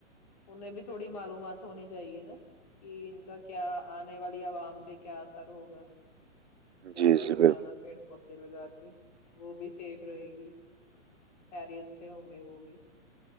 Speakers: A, on the left; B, on the right.
A: انہیں بھی تھوڑی معلومات ہونی چاہیے نا کہ ان کا کیا آنے والی عوام پہ کیا اثر ہوگا زیادہ
B: جی جی
A: سے
B: بالکل
A: زیادہ پیڑ پودے لگا کے وہ بھی سیف رہے گی خریت سے ہوں گے وہ بھی